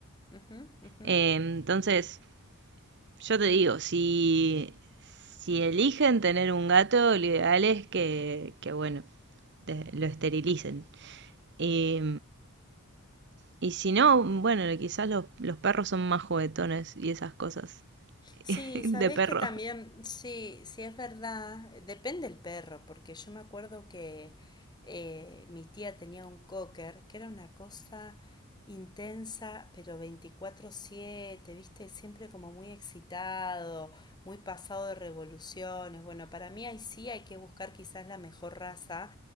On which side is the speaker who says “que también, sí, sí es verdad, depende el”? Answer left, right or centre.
Left